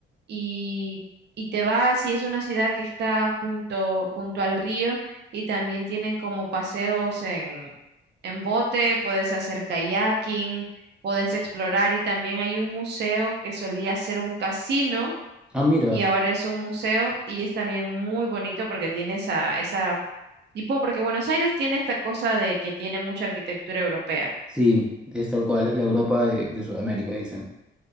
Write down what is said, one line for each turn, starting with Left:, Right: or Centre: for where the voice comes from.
Right: y, y te vas y es una ciudad que está junto, junto al río y también tienen como paseos en, en bote, puedes hacer kayaking, puedes explorar y también hay un museo que solía ser un casino
Centre: Ah, mira,
Right: y ahora es un museo y es también muy bonito porque tiene esa, esa tipo, porque Buenos Aires tiene esta cosa de que tiene mucha arquitectura europea.
Centre: sí, es tal cual, es la Europa de, de Sudamérica, dicen.